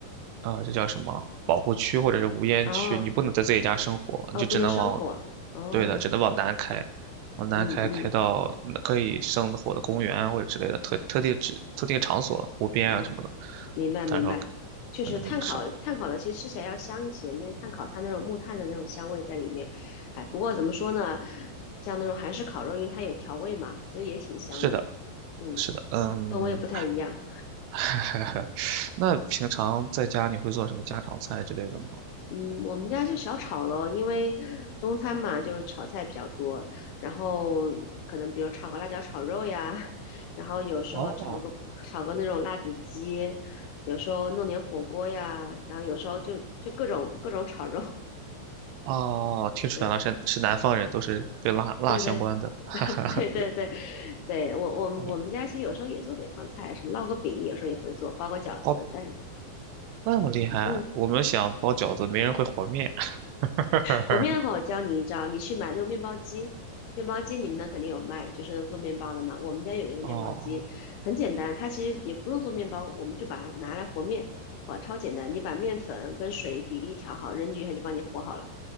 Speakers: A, on the right; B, on the left.
A: 呃，这叫什么保护区或者是无烟区，
B: 哦
A: 你不能在自己家生火，你就只能往，
B: 哦，不能生火，哦，
A: 对的，只能往南开，往南开开到嗯可以生火的公园或者之类的特特定指特定场所、
B: 嗯嗯
A: 湖边啊什么的，
B: 嗯，明白明白，
A: 到时候
B: 确实炭烤炭烤的其实吃起来要香一些，
A: 可能给你生。
B: 因为炭烤它那种木炭的那种香味在里面，哎，不过怎么说呢，像那种韩式烤肉，因为它有调味嘛，所以也挺香的。
A: 是的，
B: 嗯。
A: 是的，嗯，
B: 氛围也不太一样。
A: <laughs> 那平常在家你会做什么家常菜之类的吗？
B: 嗯，我们家就小炒咯，因为中餐嘛，就是炒菜比较多，然后可能比如炒个辣椒炒肉呀，然后有时候炒个炒个那种辣子鸡，
A: 哦，
B: 有时候弄点火锅呀，然后有时候就就各种各种炒肉，
A: 啊，听出来了，
B: 对
A: 是是南方人，都是跟辣辣相关的，
B: 对对
A: <laughs> 哈哈哈。
B: <laughs>。对对对，对我我们我们家其实有时候也做北方菜，
A: 嗯
B: 什么烙个饼，有时候也会做，包个饺子，
A: 哦，
B: 但是
A: 那么厉害，
B: 嗯，
A: 我们想包饺子，没人会和面。<laughs>
B: 和面的话，我教你一招，你去买那种面包机，面包机你们那肯定有卖，就是能做面包的嘛。我们家有一个面包机，
A: 哦，
B: 很简单，它其实也不用做面包，我们就把它拿来和面，哇，超简单！你把面粉跟水比例调好，扔进去它就帮你和好了。